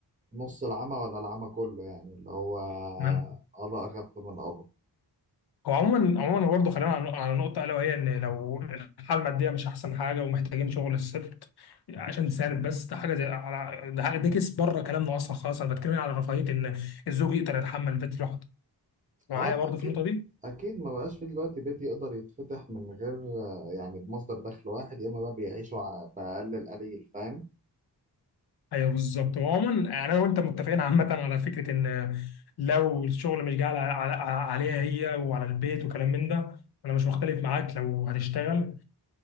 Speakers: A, on the right (about 20°); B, on the left (about 70°).
A: نص العمى ولا العمى كله يعني اللي هو
B: تمام؟
A: قضاء اخف من قضاء
B: هو عموما عموما برضه خلينا على على نقطه الا وهي ان لو الحاله الماديه مش احسن حاجه ومحتاجين شغل الست عشان تساند بس ده حاجه زي على ده حاجه ده كيس بره كلامنا اصلا خالص انا بتكلم على رفاهيه ان الزوج يقدر يتحمل البيت لوحده معايا
A: اه
B: برضه
A: اكيد
B: في النقطه دي
A: اكيد ما بقاش في دلوقتي بيت يقدر يتفتح من غير آه، يعني بمصدر دخل واحد يا اما بقى بيعيشوا ع- باقل القليل فاهم
B: ايوه بالظبط وعموما يعني انا وانت متفقين عامه على فكره ان لو الشغل مش جاي على- على- عليها هي وعلى البيت وكلام من ده انا مش مختلف معاك لو هتشتغل